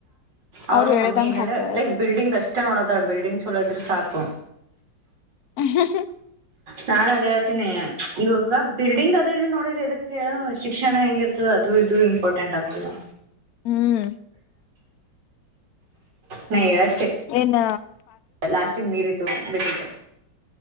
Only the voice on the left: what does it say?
ಅವ್ರು ಹೇಳಿದಂಗ
ಹಾಕ್ಯಾರ
ಹ.
ಹ್ಮ್.
ಏನ.